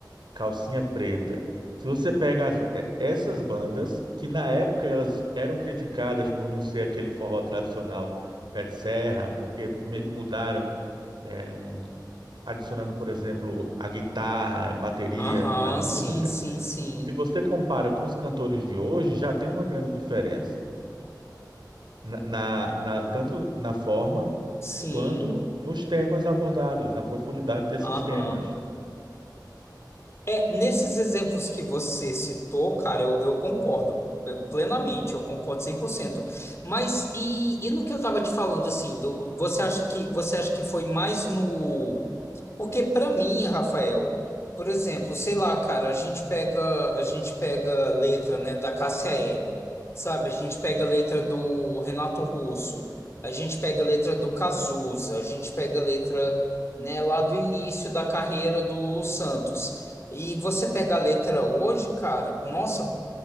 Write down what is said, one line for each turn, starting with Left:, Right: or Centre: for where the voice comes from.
Right: calcinha preta. Se você pega as- é, essas bandas, que na época elas eram criticadas por não ser aquele forró tradicional pé de serra, porque me- mudaram, é, adicionando, por exemplo, a guitarra, a bateria
Left: Aham,
Right: na música.
Left: sim, sim, sim,
Right: Se você compara com os cantores de hoje, já tem uma grande diferença. Na, na- na- tanto na forma
Left: sim,
Right: quanto nos temas abordados, na profundidade desses
Left: aham.
Right: temas.
Left: É, nesses exemplos que você citou, cara, eu, eu concordo p- plenamente, eu concordo 100%. Mas e, e no que eu tava te falando, assim, do- você acha que você acha que foi mais no porque para mim, Rafael, por exemplo, sei lá, cara, a gente pega, a gente pega letra, né, da Cássia Eller, sabe? A gente pega a letra do Renato Russo, a gente pega a letra do Cazuza, a gente pega a letra, né, lá do início da carreira do Lulu Santos. E você pega a letra hoje, cara, nossa,